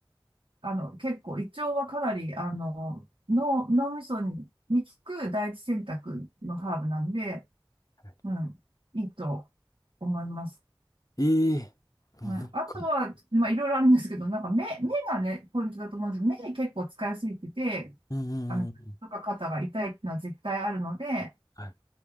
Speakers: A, on the right; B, on the left.
A: あの、結構胃腸はかなり、あの、脳、脳みそに、効く第一選択のハーブなんで、
B: はい。
A: うん、いいと思います。
B: ええ、もうなんか、
A: はい、あとは、まあ、いろいろあるんですけど、なんか目、目がね、ポイントだと思うんですけど、目結構使いすぎてて、
B: うんうんうん。
A: あの、とか肩が痛いっていうのは絶対あるので、
B: はい。